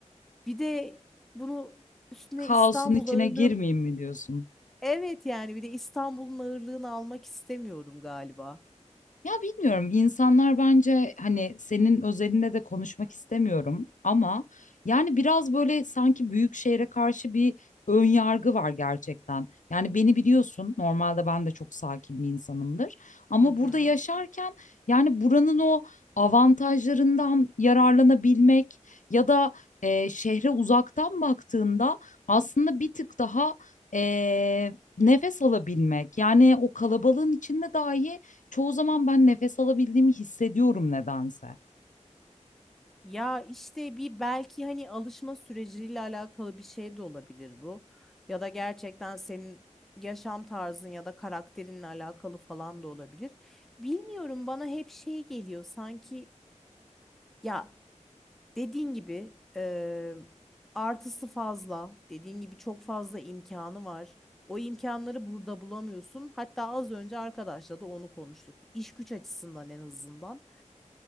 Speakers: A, in the centre; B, on the left.
A: Bir de bunu üstüne
B: Kaosun
A: İstanbul
B: içine
A: ağırlığın
B: girmeyeyim mi diyorsun?
A: Evet yani bir de İstanbul'un ağırlığını almak istemiyorum galiba.
B: Ya bilmiyorum insanlar bence hani senin özelinde de konuşmak istemiyorum ama yani biraz böyle sanki büyük şehre karşı bir ön yargı var gerçekten. Yani beni biliyorsun normalde ben de çok sakin bir insanımdır ama
A: Hı hı.
B: burada yaşarken yani buranın o avantajlarından yararlanabilmek ya da e, şehre uzaktan baktığında aslında bir tık daha e, nefes alabilmek yani o kalabalığın içinde dahi çoğu zaman ben nefes alabildiğimi hissediyorum nedense.
A: Ya işte bir belki hani alışma süreciyle alakalı bir şey de olabilir bu. Ya da gerçekten senin yaşam tarzın ya da karakterinle alakalı falan da olabilir. Bilmiyorum bana hep şey geliyor sanki ya Dediğin gibi eee, artısı fazla. Dediğin gibi çok fazla imkanı var. O imkanları burada bulamıyorsun. Hatta az önce arkadaşla da onu konuştuk. İş güç açısından en azından.